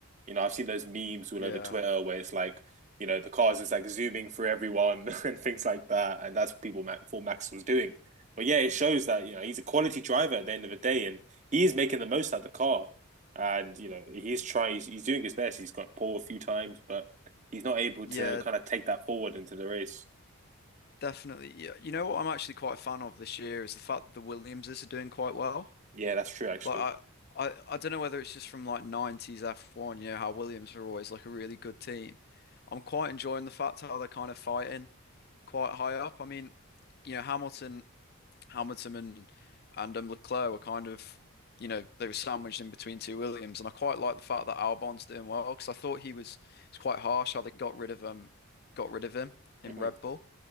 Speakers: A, on the right (about 35°); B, on the left (about 45°).
A: You know, I've seen those memes all
B: Yeah,
A: over Twitter where it's like, you know, the car's just like zooming through everyone <laughs> and things like that, and that's what people Max, thought Max was doing. But yeah, it shows that you know he's a quality driver at the end of the day, and he is making the most out of the car. And you know, he's trying, he's, he's doing his best. He's got pole a few times, but he's not able
B: yeah,
A: to kind of take that forward into the race.
B: definitely. Yeah, you know what I'm actually quite a fan of this year is the fact that the Williamses are doing quite well.
A: Yeah, that's true actually.
B: Like I, I, I don't know whether it's just from like 90s F1, you know how Williams were always like a really good team. I'm quite enjoying the fact how they're kind of fighting quite high up. I mean, you know, Hamilton Hamilton and and um, Leclerc were kind of, you know, they were sandwiched in between two Williams, and I quite like the fact that Albon's doing well because I thought he was it's quite harsh how they got rid of um got rid of him in
A: <laughs>
B: Red Bull.